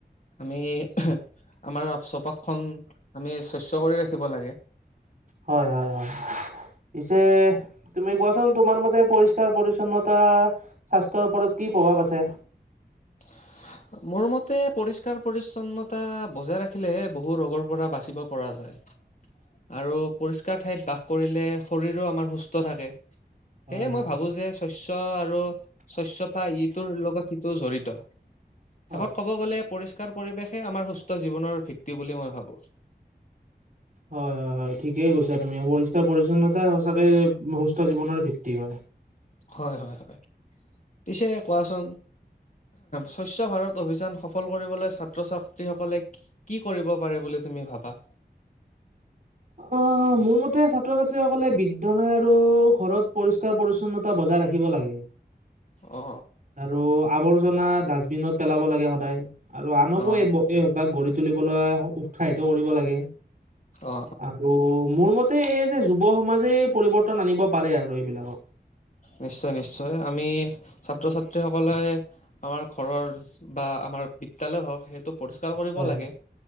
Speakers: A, on the left; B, on the right.
A: আমি <unintelligible> আমাৰ অ চৌপাশখন আমি স্বচ্ছ কৰি ৰাখিব লাগে।
B: হয়-হয়-হয়। পিছে তুমি কোৱাচোন। তোমাৰ মতে পৰিষ্কাৰ পৰিচ্ছন্নতা স্বাস্থ্যৰ ওপৰত কি কি প্ৰভাৱ আছে?
A: <inaudible> মোৰ মতে পৰিষ্কাৰ পৰিচ্ছন্নতা বজাই ৰাখিলেহে বহু ৰগৰ পৰা বাচিব পৰা যায়। আৰু পৰিষ্কাৰ ঠাইত বাস কৰিলে শৰীৰো আমাৰ সুস্থ থাকে। সেয়ে
B: হয়,
A: মই
B: হয়,
A: ভাবো
B: হয়।
A: যে স্বচ্ছ আৰু স্বচ্ছতা ইটোৰ লগত সিটো জড়ি ত শেষত
B: হয়,
A: ক'ব গ'লে পৰিষ্কাৰ পৰিৱেশে আমাৰ সুস্থ জীৱনৰ ভিত্তি বুলি মই ভাবো।
B: হয়-হয়-হয়। ঠিকেই গৈছা তুমি। পৰিষ্কাৰ পৰিচ্ছন্নতা সঁচাকে সুস্থ জীৱনৰ ভিত্তি হয়। <unintelligible>
A: হয়-হয়-হয়। পিছে কোৱাচোন। স্বচ্ছ ভাৰত অভিযান সফল কৰিবলৈ ছাত্ৰ-ছাত্ৰীসকলে কি কৰিব পাৰে বুলি তুমি ভাবা।
B: অ, মোৰ মতে ছাত্ৰ-ছাত্ৰীসকলে বিদ্যালয় আৰু ঘৰত পৰিষ্কাৰ পৰি ন্নতা বজাই ৰাখিব লাগে
A: অ
B: আৰু আৱৰ্জনা ডাষ্টবিনত পেলাব লাগে সদায় আৰু আনকো
A: অ। অ
B: এই এই অভ্যাস গঢ়ি তুলিবলৈ উৎসাহিত কৰিব লাগে।
A: অ
B: আৰু মোৰ মতে এই যে যুৱ সমাজেই পৰিৱৰ্তন আনিব পাৰে আৰু এইবিলাকক।
A: নিশ্চয়, নিশ্চয়। আমি ছাত্ৰ-ছাত্ৰী সকলে আমাৰ ঘৰৰ বা আমাৰ বিদ্যালয় হওক সেইটো পৰিষ্কাৰ কৰিব
B: হয়,
A: লাগে।
B: হয়,